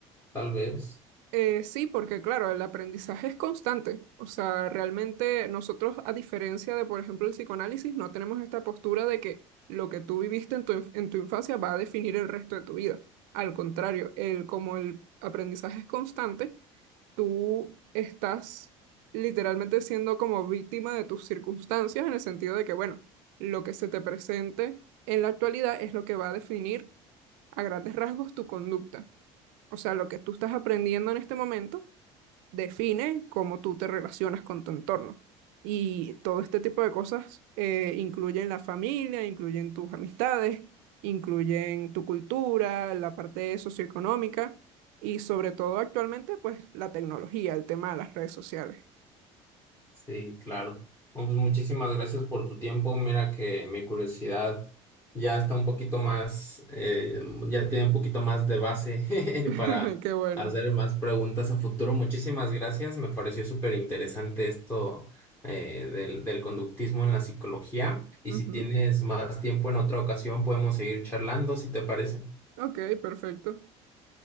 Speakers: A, on the left; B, on the right.
A: tal vez.
B: Eh, sí, porque claro, el aprendizaje es constante. O sea, realmente nosotros, a diferencia de, por ejemplo, el psicoanálisis, no tenemos esta postura de que lo que tú viviste en tu, inf- en tu infancia va a definir el resto de tu vida. Al contrario, el, como el aprendizaje es constante, tú estás literalmente siendo como víctima de tus circunstancias en el sentido de que, bueno, lo que se te presente en la actualidad es lo que va a definir a grandes rasgos tu conducta. O sea, lo que tú estás aprendiendo en este momento define cómo tú te relacionas con tu entorno. Y todo este tipo de cosas eh, incluyen la familia, incluyen tus amistades, incluyen tu cultura, la parte socioeconómica y sobre todo actualmente, pues la tecnología, el tema de las redes sociales.
A: Sí, claro. Bueno, pues muchísimas gracias por tu tiempo. Mira que mi curiosidad ya está un poquito más, eh, ya tiene un poquito más de base
B: <laughs>
A: <laughs> para
B: Qué bueno.
A: hacer más preguntas a futuro. Muchísimas gracias. Me pareció súper interesante esto eh, del, del conductismo en la psicología. Y
B: Ujú.
A: si tienes más tiempo en otra ocasión, podemos seguir charlando, si te parece.
B: Ok, perfecto.